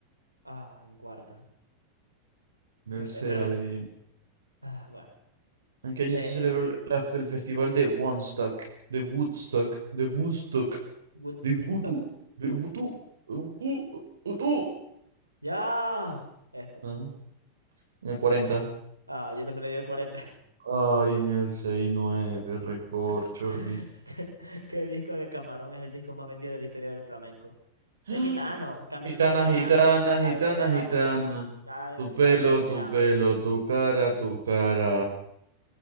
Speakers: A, on the right; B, on the right.
A: Ah, en cuarta.
B: tercera
A: No, no era.
B: le digo.
A: Ah, bueno.
B: ¿En qué año
A: Eh,
B: se celebró la- la- el festival de Woodstock? De Woodstock, de Woodstock,
A: Woodstock.
B: de Woodstock, de Woodstock, de Woodstock,
A: Ya. Este.
B: Ajá. En el cuarenta
A: Ah, yo también le di el 40.
B: Ay, en el 6-9, recorcholis.
A: <laughs> ¿Qué disco de Camarón es el disco más vendido de la historia del flamenco? Soy
B: <gasps>
A: gitano, caminito
B: Gitana,
A: de totana.
B: gitana,
A: al
B: gitana,
A: verte de las
B: gitana.
A: flores por- cada,
B: Tu
A: cada
B: pelo,
A: vez que nos miramos.
B: tu pelo, tu cara, tu cara.